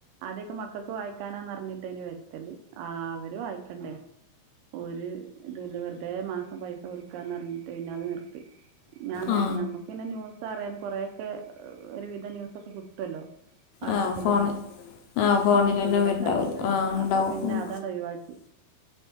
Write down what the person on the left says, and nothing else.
ആ
ആ ഫോൺ ആ ഫോണിൽ
തന്നെ ഉണ്ടാവില്ല
ആ ഉണ്ടാവും